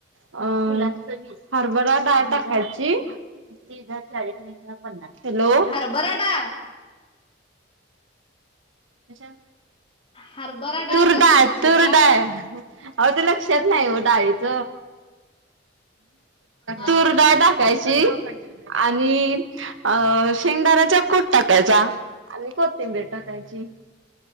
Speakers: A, on the right; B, on the left.
A: अ हरभरा डाळ टाकायची. कितीदा चाळीस मिनिट पन्नास मिनिट. हॅलो,
B: हरभरा डाळ
A: कश्या
B: हरभरा डाळ
A: तुरडाळ
B: का तुरीची
A: तुरडाळ.
B: डाळ
A: आवो ते लक्षात नाही ओ डाळीच.
B: हा
A: तुरडाळ टाकायची. ची आणि अ शेंगदाण्याचा कुट टाकायचा आणि कोथिंबीर टाकायची.